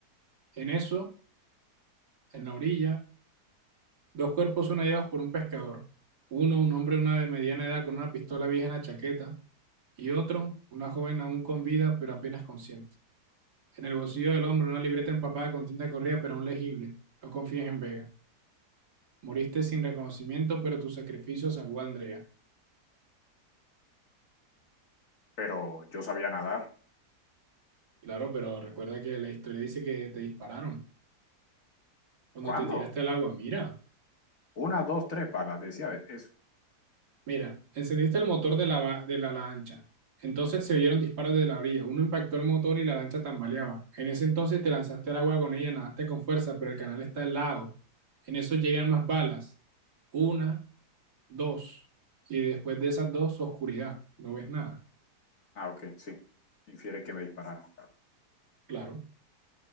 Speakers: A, on the right; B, on the left.
A: En eso, en la orilla, dos cuerpos son hallados por un pescador. Uno, un hombre de una de mediana edad con una pistola vieja en la chaqueta, y otro, una joven aún con vida pero apenas consciente. En el bolsillo del hombre una libreta empapada con tinta corrida pero aún legible. No confíes en Vega. Moriste sin reconocimiento, pero tu sacrificio salvó a Andrea.
B: Pero yo sabía nadar.
A: Claro, pero recuerda que la historia dice que te dispararon cuando
B: ¿Cuándo?
A: te tiraste al agua. Mira,
B: Una, dos, tres balas, decía eso.
A: mira, encendiste el motor de la, va- de la lancha. Entonces se oyeron disparos de la orilla. Uno impactó el motor y la lancha tambaleaba. En ese entonces te lanzaste al agua con ella, nadaste con fuerza, pero el canal está helado. En eso llegan más balas. Una, dos. Y después de esas dos, oscuridad. No ves nada.
B: Ah, ok, sí. Infiere que me dispararon.
A: Claro,